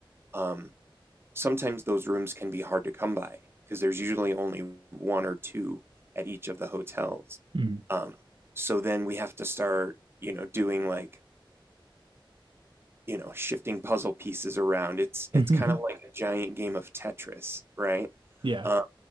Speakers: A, on the right; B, on the right.
A: Um, sometimes those rooms can be hard to come by because there's usually only one or two at each of the hotels.
B: Mm.
A: Um, so then we have to start, you know, doing like you know, shifting puzzle pieces around. It's it's
B: <laughs>
A: kind of like a giant game of Tetris, right?
B: Yeah,
A: Um,